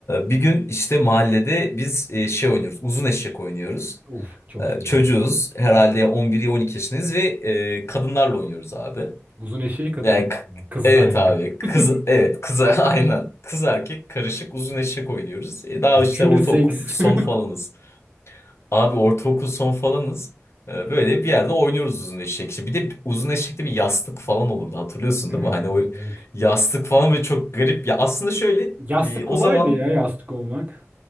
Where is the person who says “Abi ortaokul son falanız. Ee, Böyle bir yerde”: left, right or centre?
Left